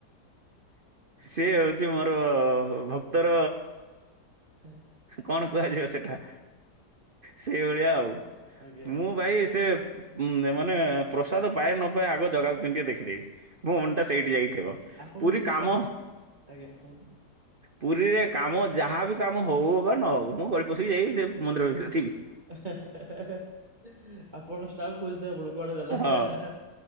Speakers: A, on the right; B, on the right.
A: ସେ ହୋଉଛି ମୋର ଭକ୍ତର
B: ହା।
A: କଣ କୁହାଯିବ ସେଟା? ସେଇଭଳିଆ ଆଉ
B: ଆଜ୍ଞା
A: ମୁଁ ଭାଇ ସେ ହୁଁ ନାଇଁ ମାନେ ପ୍ରସାଦ ପାଏ ନ ପାଏ ଆଗ ଜଗାକୁ କେମିତି ଟିକେ ଦେଖିଦେବି। ମୋ
B: ଆଜ୍ଞା
A: ମନ ଟା ସେଇଠି ଯାଇ କି ଥିବ
B: ଆପଣଙ୍କୁ
A: ପୁରୀ
B: ଏତେ
A: କାମ
B: କଷ୍ଟ ଆଜ୍ଞା କୁହନ୍ତୁ।
A: ପୁରୀରେ କାମ ଯାହାବି କାମ ହଉ ଅବା ନ ହଉ ମୁଁ ଗଳି ପଶିକି ଯାଇକି ସେ ମନ୍ଦିର ଭିତରେ ଥିବି।
B: ହା ହା ହା ହା ଆପଣ ଷ୍ଟାଫ ଖୋଜୁଥିବେ ପୁଣି କୁଆଡ଼େ ଗଲା
A: ହଁ
B: ହା ହା ହା।